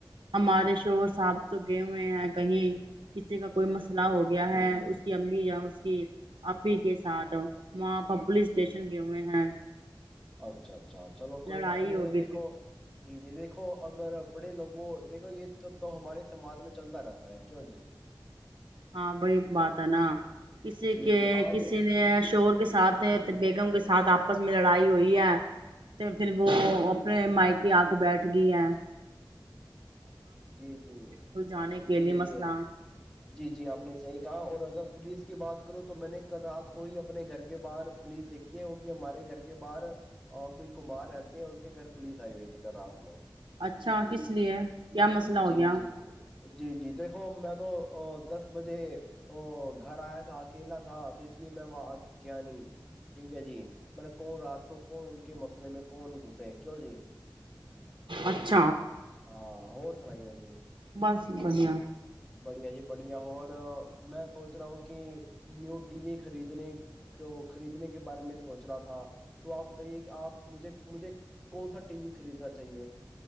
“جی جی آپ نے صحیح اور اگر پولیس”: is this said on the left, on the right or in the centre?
Centre